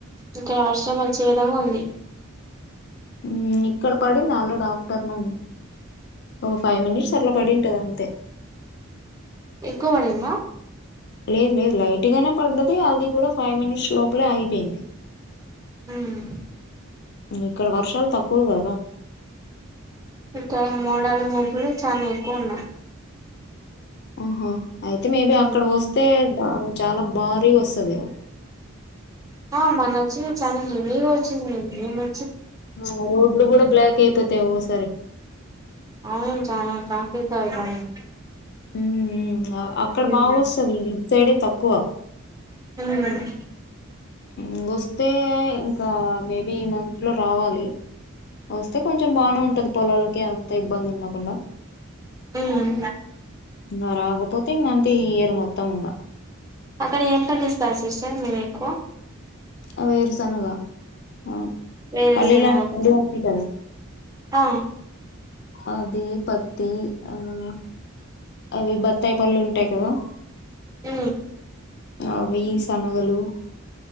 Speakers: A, on the right; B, on the left.
A: ఇంకా వర్షం వచ్చే విధంగా ఉంది
B: ఊ ఇక్కడ పడింది ఆల్రెడీ ఆఫ్టర్నూన్ ఒక ఫైవ్ మినిట్స్ అట్లా పడింటది అంతే
A: ఎక్కు పడిందా
B: లేదు లేదు లైట్ గానే పడ్డది అది కూడా ఫైవ్ మినిట్స్ లోపలే ఆగిపోయింది
A: ఉమ్
B: ఇక్కడ వర్షాలు తక్కువ కదా
A: ఎక్కో మోడాల మబ్బులు చనా ఎక్కువ ఉన్నాయి
B: ఓహో అయితే మేబి
A: ఉమ్
B: అక్కడ వస్తే బావు చాలా భారీ వస్తదేమో
A: ఆ మొనచ్చింది చాలా హెవీగా వచ్చిందండి ఏమో
B: ఆ రోడ్లు కూడా బ్లాక్ అయిపోతాయి ఓకొసారి
A: అవును చానా ట్రాఫీక్ ఐతంది
B: ఊ ఊ అక్కడ
A: ఉమ్
B: బాగా వస్తది ఇట్ సైడ్ ఏ తక్కువ
A: ఊహు
B: ఇంగోస్తే ఇంకా మేబి ఈ మంత్ లో రావాలి వస్తే కొంచెం బానే ఉంటది పొలాలకి అంత ఇబ్బంది ఉండకుండా
A: ఉమ్
B: ఇంగ రాకపోతే ఇంగ అంతే ఈ ఇయర్ మొత్తమింగా
A: అక్కడ ఏం పనిచేస్తారు సిస్టర్ మీరు ఎక్కువ
B: అ వేరుసనగా అ
A: వేరుశెనగ
B: పలిలంటే
A: ఒకటా
B: మంచిగున్ని కదా
A: ఆ
B: అది పతి అనన అవి బత్తాయి పళ్ళు ఉంటాయి కదా
A: ఊ
B: అవి సనగలు